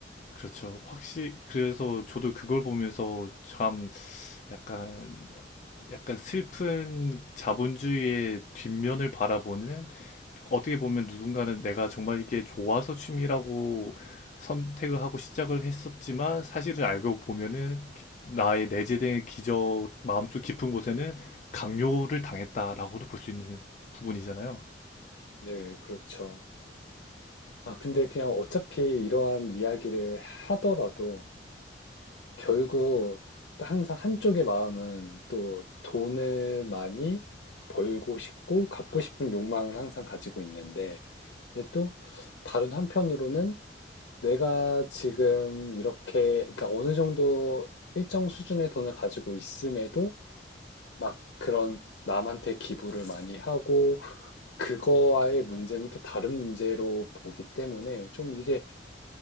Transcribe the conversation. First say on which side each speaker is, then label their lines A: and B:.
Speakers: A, on the left (about 45°); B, on the left (about 75°).
A: 그렇죠. 확실히, 그래서 저도 그걸 보면서 참 약간 약간 슬픈 자본주의의 뒷면을 바라보는 어떻게 보면 누군가는 내가 정말 이게 좋아서 취미라고 선택을 하고 시작을 했었지만 사실을 알고 보면은 기- 나의 내재된 기저 마음속 깊은 곳에는 강요를 당했다라고도 볼 수 있는 부분이잖아요.
B: 네 그렇죠. 아 근데 그냥 어차피 이러한 이야기를 하더라도 결국 항상 한쪽의 마음은 또 돈을 많이 벌고 싶고 갖고 싶은 욕망을 항상 가지고 있는데 근데 또 다른 한편으로는 내가 지금 이렇게, 그러니까 어느 정도 일정 수준의 돈을 가지고 있음에도 막 그런 남한테 기부를 많이 하고 그거와의 문제는 또 다른 문제로 보기 때문에 좀 이게